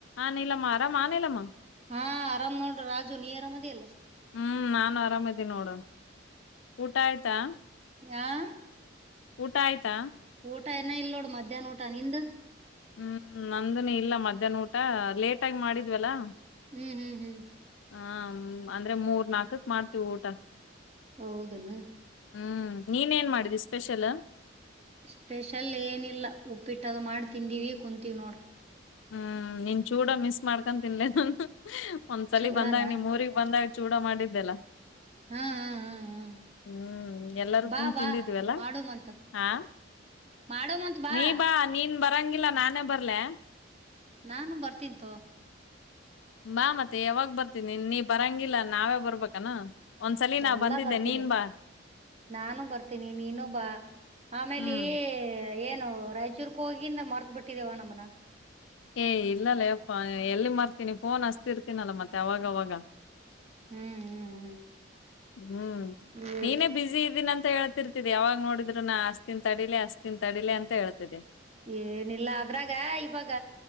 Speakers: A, on the left; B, on the right.
A: ಆನಲಮ್ಮ ಆರಾಮ ಆನಲಮ್ಮ
B: ಹಾ ಆರಾಮ್ ನೋಡ್ರಿ ರಾಜು ನೀ ಅರಾಮದಿಲ್ಲ
A: ಹ್ಮ್ ನಾನ್ ಆರಾಮ್ದೀನಿ ನೋಡ ಊಟಾಯ್ತಾ
B: ಆಾ
A: ಊಟ ಆಯ್ತಾ
B: ಊಟ ಏನ ಇಲ್ ನೋಡ್ ಮಧ್ಯಾಹ್ನ ಊಟ ನಿಂದ್
A: ಹ್ಮ್ ನಂದನ ಇಲ್ಲ ಮಧ್ಯಾಹ್ನ ಊಟ ಲೇಟಾಗಿ ಮಾಡಿದ್ವಲ್ಲಾ
B: ಹ್ಮ್ ಹ್ಮ್ ಹ್ಮ್
A: ಹ ಅಂದ್ರೆ ಮೂರ್ ನಾಲ್ಕಕ್ ಮಾಡ್ತೀವಿ ಊಟ
B: ಹೌದನ
A: ಹ್ಮ್ ನೀನ್ೇನ್ ಮಾಡಿದಿ ಸ್ಪೆಷಲ್
B: ಸ್ಪೆಷಲ್ ಏನಿಲ್ಲ ಉಪ್ಪಿಟ್ಟದು ಮಾಡಿ ತಿಂದಿವವಿ ಕುಂತೀವಿ್ ನೋಡ್ರ
A: ಹ್ಮ್ ನೀನ್ ಚೂಡ ಮಿಸ್ ಮಾಡ್ಕ ತಿನ್ಲ ನನ್ ಒಂದ್ಸಲ
B: ಚೂಡಾನ
A: ಬಂದಾಗ ನಿಮ್ ಊರಿ ಬಂದಾಗ ಚೂಡ ಮಾಡಿದ್ದೆಲ್ಲ
B: ಹ್ಮ್ ಹ್ಮ್ ಹ್ಮ್ ಹ್ಮ್
A: ಹ್ಮ್ ಎಲ್ಲಾರೂ
B: ಬಾ
A: ಕುಂತ್
B: ಬಾ
A: ತಿಂದಿದ್ವಲ್ಲ
B: ಮಾಡೋಮಂತ
A: ಹಾ
B: ಮಾಡೋಮಂತ ಬಾ
A: ನೀ ನೀನ್ ಬರಂಗಿಲ್ಲ ನಾನೇ ಬರ್ಲೆ
B: ನಾನು ಬರ್ತೀಂತು
A: ಬಾ ಮತ್ತೆ ಯಾವಾಗ ಬರ್ತೀನಿ ನೀ ಬರಂಗಿಲ್ಲ ನಾವೇ ಬರ್ಬೇಕಾನ ಒಂದ್ಸಲ ನಾ
B: ಎಲ್ಲಾ
A: ಬಂದಿದ್ದೆ
B: ಬರ್ತೀನಿ
A: ನೀನ್ ಬಾ
B: ನಾನು ಬರ್ತೀನಿ ನೀನು ಬಾ ಆಮೇಲಿ
A: ಹ್ಮ್
B: ಏನ್ ನಾವು ರಾಯಚೂರ್ಕ ಹೋಗಿಿಂದ ಮರ್ತ ಬಿಟ್ಟಿದೇವ ನಮ್ಮನ
A: ಏ್ ಇಲ್ಲಲ್ಲ ಯಪ್ಪಾ ಎಲ್ಲಿ ಮಾಡ್ತೀನಿ ಫೋನ್ ಹಚ್ಚಿ ಇರ್ತೀನಲ್ಲ ಮತ್ತೆ ಅವಾಗವಾಗ
B: ಹ್ಮ್ ಹ್ಮ್ ಹ್ಮ್
A: ಹ್ಮ್
B: ಈ
A: ನೀನೇ ಬಿಸಿ ಇದ್ದೀನಂತ ಅಂತ ಹೇಳ್ತಿರ್ತಿದೆ ಯಾವಾಗ ನೋಡಿದ್ರು ನಾ ಅಸ್ತನ್ ತಡಿಲಿ ಅಸ್ತಿನ್ ತಡಿಲಿ ಅಂತ ಹೇಳ್ತಿದೆ
B: ಏನಿಲ್ಲ ಅದ್ರಾಗ ಇವಾಗ